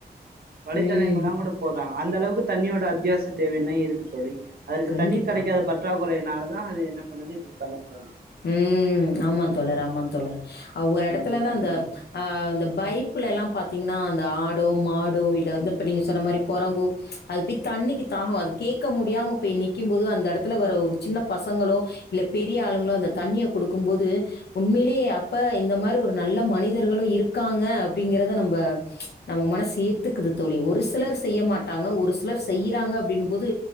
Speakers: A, on the right (about 70°); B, on the left (about 85°).
A: வலைத்தளங்கள்லா
B: ம்.
A: கூட போடுறாங்க அந்த அளவுக்கு தண்ணியோட அத்தியாவசிய தேவை இன்னு இருக்கு தோழி அதற்கு
B: கண்டிப்பா.
A: தண்ணீர் கெடைக்காத பட் ற்றாக்குறையினால தா அது என்ன பண்ணுது இப்டி பண்ணுது தோழி
B: ம் ஆமா தோழர் ஆமா தோழர் ஆ ஒரு
A: கண்டிப்பா
B: எடத்துலல்லா அந்த
A: தோழி
B: ஆ அந்த பைப்புல ல்லா பாத்தீங்கன்னா அந்த ஆடோ மாடோ இல்ல இருந்த இப்ப நீங்க சொன்ன மாரி கொரங்கோ அது போய் தண்ணிக்கு தாகோ அது கேட்க முடியாம போய் நிக்கிம்போது அந்த எடத்துல வர ஒரு சின்ன பசங்களோ இல்ல பெரிய ஆளுங்களோ அந்த தண்ணிய குடுக்கு போது உண்மையிலேயே அப்ப இந்த மாரி ஒரு நல்ல மனிதர்களு இருக்காங்க அப்டிங்கறத நம்ப நம்ம மனசு ஏத்துக்குது தோழி ஒரு சிலர் செய்ய மாட்டாங்க ஒரு சிலர் செய்றாங்க அப்டின்னு போது